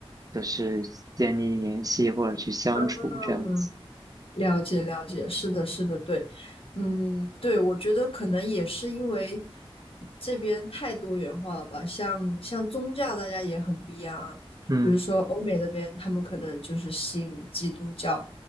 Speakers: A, on the right; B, on the left.
A: 就是建立联系或者去相处这样子。
B: 嗯，了解了解，是的，是的，对，嗯，对，我觉得可能也是因为这边太多元化了吧，像像宗教大家也很不一样啊，
A: 嗯
B: 比如说欧美那边他们可能就是信基督教，